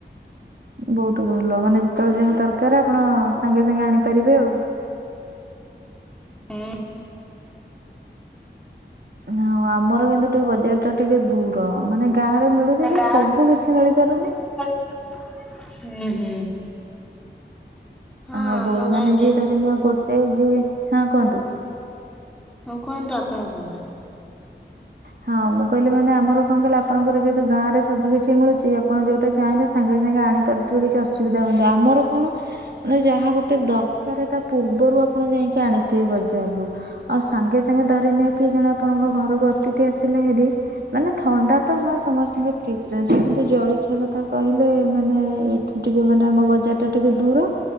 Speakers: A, on the right; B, in the centre.
A: ବହୁତ ଭଲ ମାନେ ଯେତେବେଳେ ଯାହା ଦରକାର ଆପଣ ସାଙ୍ଗେ ସାଙ୍ଗେ ଆଣିପାରିବେ ଆଉ।
B: ହଁ।
A: ନାଉ ଆମର କିନ୍ତୁ ଟିକେ ବଜାର ଟା ଟିକେ ଦୂର ମାନେ ଗାଁ ରେ ମିଳୁଛି ଯେ
B: ଗାଁ
A: ସବୁ କିଛି ମିଳିପାରୁନି।
B: ହୁଁ ହୁଁ। ହଁ
A: ଆଉ
B: ଆମ
A: ବଉ
B: ଗାଁରେ
A: ମାନେ ଯିଏ
B: ଯଦି
A: ଧରି ନିଅ ଗୋଟେ ଯିଏ ହଁ କୁହନ୍ତୁ।
B: ହଁ କୁହନ୍ତୁ ଆପଣ କୁହନ୍ତୁ।
A: ହଁ ମୁଁ କହିଲି ମାନେ ଆମର କଣ କହିଲି ଆପଣଙ୍କର ଯେହେତୁ ଗାଁରେ ସବୁ କିଛି ମିଳୁଛି ଆପଣ ଯୋଉଟା ଚାହିଁବେ ସାଙ୍ଗେ ସାଙ୍ଗେ ଆଣିପାରୁଥିବେ କିଛି ଅସୁବିଧା ହୋଉନଥିବ ଆମର କଣ ମାନେ ଯାହା ଗୋଟେ ଦରକାର ତା ପୂର୍ବରୁ ଆପଣ ଯାଇକି ଆଣି ଏତିକି ବଜାରରୁ। ଆଉ ସାଙ୍ଗେ ସାଙ୍ଗେ ଧରିନିଅ କିଏ ଜଣେ ଆପଣଙ୍କ ଘରକୁ ଅତିଥି ଆସି ଥିଲେ ହେରି ମାନେ ଥଣ୍ଡା ତ ହଁ ସମସ୍ତିଙ୍କ ଫ୍ରିଜରେ ଅଛି ଜଳଖିଆ କଥା କହିଲେ ମାନେ ଏଇଠୁ ଟିକେ ମାନେ ଆମ ବଜାରଟା ଟିକେ ଦୂର,